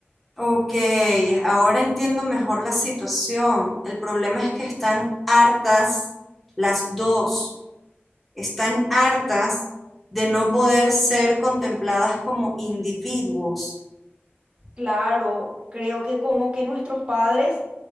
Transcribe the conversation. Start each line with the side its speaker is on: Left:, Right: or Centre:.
Centre: Ok, eh, ahora entiendo mejor la situación. El problema es que están hartas las dos. Están hartas de no poder ser contempladas como individuos.
Right: Claro, creo que como que nuestros padres